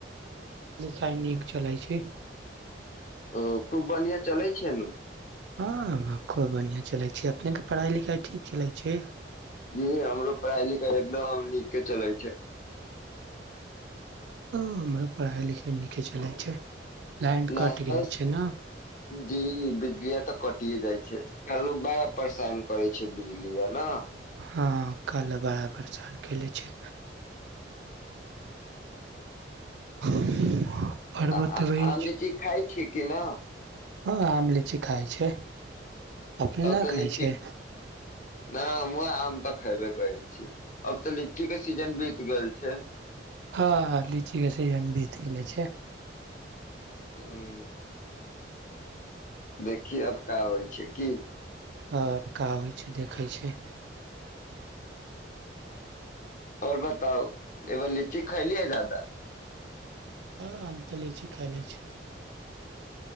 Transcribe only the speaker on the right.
बड़ी नीक चलइ छै।
हँ खूब बढ़िआँ चलै छै, अपनेके पढ़ाई-लिखाइ ठीक चलै छै।
ह हमरो पढ़ाई-लिखाई नीके छै। चलै छै। लाइन
कट गेले छै न
हँ कल बड़ा परेशान कले छै। <unintelligible>
बतबै
छी
हँ आम-लीची खाय छै। अपने न
खाय
छै
हँ लीची के सीजन बीत गेले छै।
आ का होइ छै, देखै छै।
हँ हम तऽ लीची खैले छी।